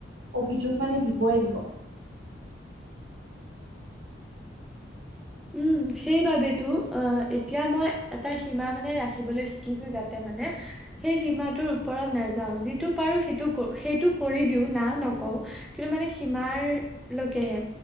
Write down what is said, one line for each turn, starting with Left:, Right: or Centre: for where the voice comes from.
Right: অভিযোগ মানে দিবই দিব।
Centre: উম সেইবাবেইতো অ' এতিয়া মই এটা সীমা মানে ৰাখিবলৈ শিকিছো। যাতে মানে সেই সীমাটোৰ ওপৰত নাযাওঁ, যিটো পাৰো সেইটো সেইটো কৰি দিওঁ না নকওঁ। কিন্তু মানে সীমাৰ লৈকেহে